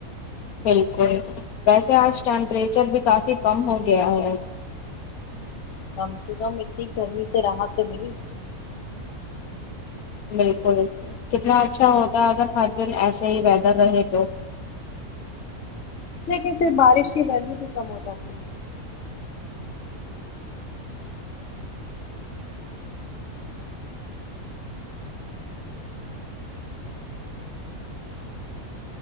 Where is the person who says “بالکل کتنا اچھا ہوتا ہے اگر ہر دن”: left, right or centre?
Left